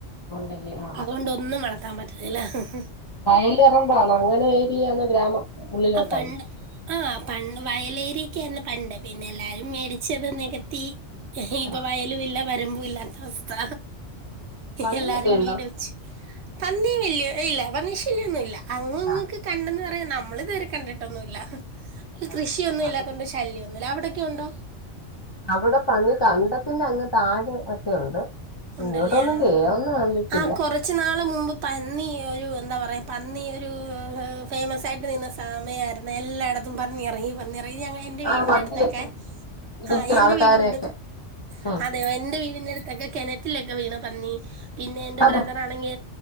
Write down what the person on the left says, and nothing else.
ഉണ്ടല്ലേ ആഹ്
വയലിറമ്പാണോ അങ്ങനെ ഏരിയാണ് ഗ്രാമം ഉള്ളിലോട്ടാണോ
ആഹ്
പന്നിയൊക്കെ
ഉണ്ടോ
ആഹ്
ആഹ്
അത്
അവിടെ പണി കണ്ടത്തിന്റെ അങ്ങ് താഴെ ഒക്കെ ഉണ്ട്. ഇങ്ങോട്ടൊന്നും
കേറുന്ന കണ്ടിട്ടില്ല
ആ
വണ്ടിയൊക്കെ
ഇടിച്ച
ആൾക്കാരെയൊക്കെ
ഉം
അത്